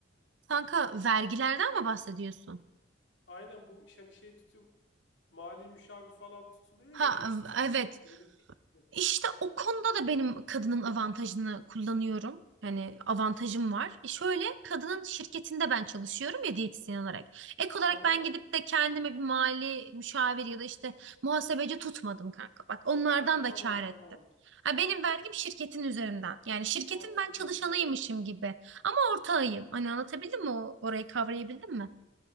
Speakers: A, on the right; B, on the left.
A: Kanka vergilerden mi bahsediyorsun?
B: Aynen bu iş hani şey tutum mali müşavir falan tutuluyor
A: Ha
B: ya şey tutulmuyor.
A: evet.
B: Öyle değil.
A: İşte o konuda da benim kadının avantajını kullanıyorum. Yani avantajım var. E şöyle kadının şirketinde ben çalışıyorum ya diyetisyen olarak. Ek
B: Hı
A: olarak
B: hı.
A: ben gidip de kendime bir mali müşavir ya da işte muhasebeci tutmadım kanka. Bak onlardan
B: Ha
A: da
B: tamam
A: kâr
B: Tamam.
A: ettim.
B: tamam.
A: Ha, benim vergim şirketin üzerinden. Yani şirketin
B: Muhasebeci
A: ben çalışanıymışım
B: evet.
A: gibi. Ama ortağıyım. Hani anlatabildim mi? O- Orayı kavrayabildim mi?